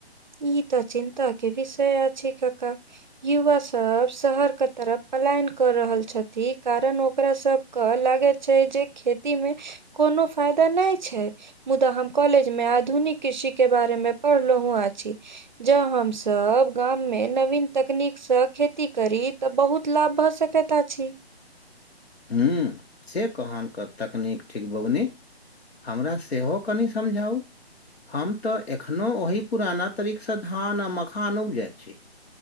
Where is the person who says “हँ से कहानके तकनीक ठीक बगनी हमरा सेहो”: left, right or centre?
Left